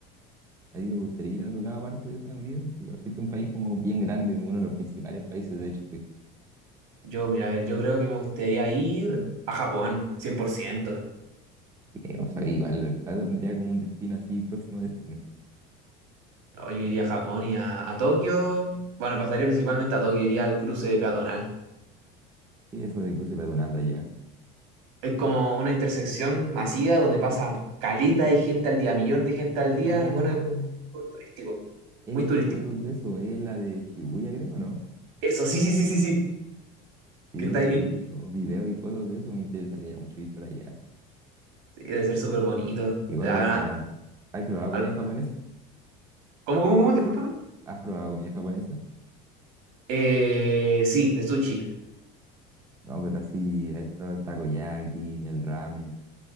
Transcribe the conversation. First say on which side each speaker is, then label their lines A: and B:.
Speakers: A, on the right; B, on the right.
A: ¿A ti te gustaría ir a otro lado aparte de Estados Unidos? Igual fuiste a un país como bien grande, uno de los principales países, de hecho, fuiste.
B: Yo, mira, a ver, yo creo que me gustaría ir a Japón, 100%.
A: Sí, o sea, igual, igual tendría como un destino así, próximo destino.
B: No, yo iría a Japón y a, a Tokio. Bueno, pasaría principalmente a Tokio, iría al cruce peatonal.
A: ¿Qué es eso de cruce peatonal de allá?
B: Es como una intersección masiva donde pasa caleta de gente al día, millón de gente al día,
A: Ah.
B: y bueno, es muy turístico.
A: He
B: Muy
A: visto
B: turístico.
A: fotos de eso, es la de Chibuya, creo, ¿no?
B: Eso, sí, sí, sí, sí, sí,
A: Sí,
B: que está ahí
A: sí,
B: mismo.
A: he visto videos y fotos de eso, me interesaría mucho ir para allá.
B: Sí, debe ser súper bonito.
A: Igual
B: Habrá-
A: esa... ¿Has probado
B: al-
A: comida japonesa?
B: ¿Cómo, cómo, cómo? Discúlpame.
A: ¿Has probado comida japonesa?
B: Eh, sí, de sushi.
A: No, pero así, has probado el takoyaki, el ramen.